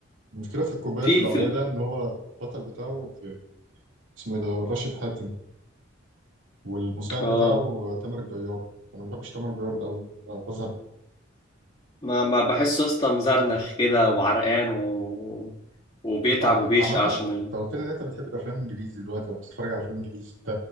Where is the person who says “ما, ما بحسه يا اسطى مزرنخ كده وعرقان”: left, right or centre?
Left